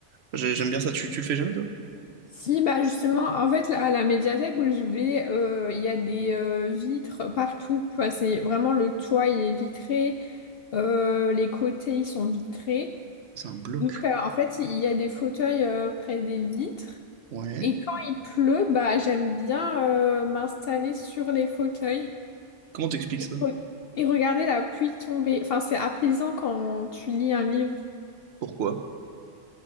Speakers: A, on the right; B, on the left.
A: J'ai- J'aime bien ça. Tu, tu le fais jamais, toi?
B: Si, bah justement, en fait, là, à la médiathèque où je vais, euh, il y a des euh, vitres partout. Tu vois, c'est vraiment le toit, il est vitré, euh, les côtés, ils sont vitrés.
A: C'est un bloc.
B: Donc, euh, en fait, il y a des fauteuils euh, près des vitres.
A: Ouais.
B: Et quand il pleut, bah, j'aime bien euh, m'installer sur les fauteuils
A: Comment t'expliques
B: et,
A: ça?
B: re- et regarder la pluie tomber. Enfin, c'est apaisant quand tu lis un livre.
A: Pourquoi?